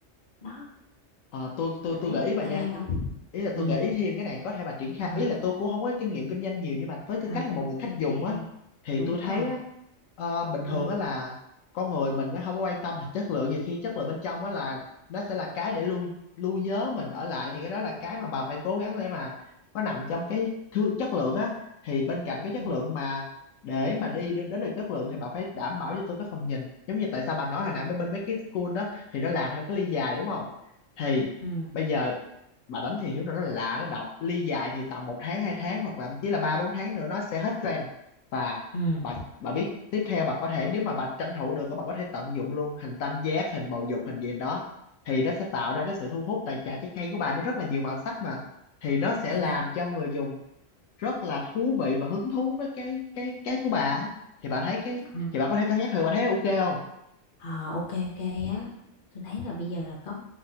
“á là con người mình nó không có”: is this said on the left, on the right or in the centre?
Left